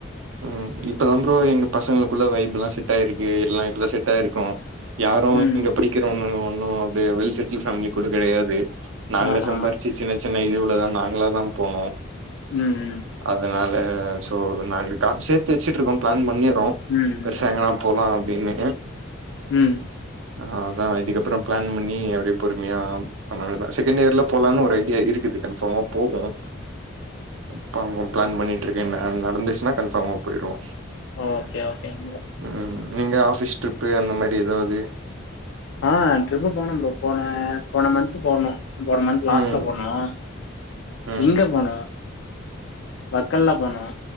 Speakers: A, on the right (about 80°); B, on the left (about 70°).
A: ம் இப்பதாம் ப்ரோ எங்க பசங்களுக்குள்ள வைப் எல்லா செட்டாயிருக்கு எல்லா இப்பதா செட்டாயிருக்கோ யாரும்
B: ம்
A: இங்க பிடிக்கிற ஒன்னு ஒன்னு அப்டியே வெல் செட்டில் ஃபேமிலி கூட கெடையாது நாங்க
B: ஆஹா
A: சம்பாரிச்சு சின்ன சின்ன இதுவுலதா நாங்களாதா போனோ
B: ம் ம்
A: அதனால சோ நாங்க காசு சேர்த்து வச்சிட்டுருக்கோம் பிளான் பண்ணிறோ
B: ம்
A: பெருசா எங்கன்னா போலா அப்டின்னு
B: ம்
A: அ அதா இதுக்கப்பறோ பிளான் பண்ணி அப்டியே பொறுமையா கொந்நாள்லே செகண்ட் இயர்ல போலானு ஒரு ஐடியா இருக்கு குது கன்ஃபார்மா போகும் இப்ப அவ்ங்க பிளான் பண்ணிட்டு இருக்கேன் அது நடந்துச்சுன்னா கன்ஃபார்மா பொயிருவோ
B: ஓகே ஓகேங் ப்ரோ
A: ம் நீங்க ஆஃபிஸ் ட்ரிப்பு அந்த மாரி எதாவ்து
B: ஆ ட்ரிப்பு போனம் ப்ரோ போன போன மந்த்து போனோ போன மந்த் லாஸ்ட்ல
A: ம்
B: போனோம்
A: ம்
B: இங்க போனம் வர் க்கல்லா போனோ